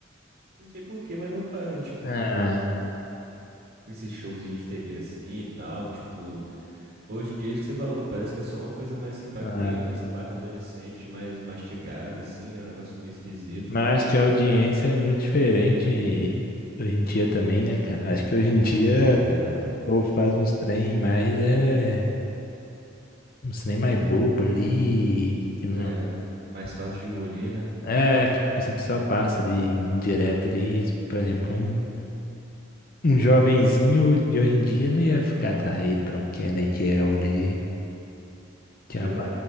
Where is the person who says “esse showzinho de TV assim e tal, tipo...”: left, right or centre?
Right